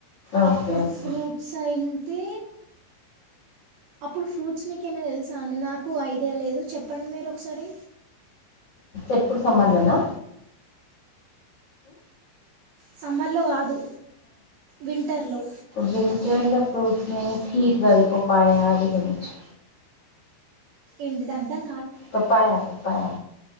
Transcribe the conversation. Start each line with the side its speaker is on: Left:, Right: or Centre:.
Left: ఓకే
Right: అప్పుడు
Left: ఓకే
Right: ఫ్రూట్స్ అయిే తె అప్పుడు ఫ్రూట్స్ మీకు ఏమైనా తెలుసా అండి నాకు ఐడియా లేదు చెప్పండి మీరు ఒకసారి
Left: ఎప్పుడు సంబధనా
Right: సమ్మర్లో కాదు వింటర్లో
Left: వింటర్ల ఫ్రూట్స్ హట్ బరికు పా అధ గుని రిచి
Right: ఇంంటి అద్దం
Left: పపాాయా పపాయా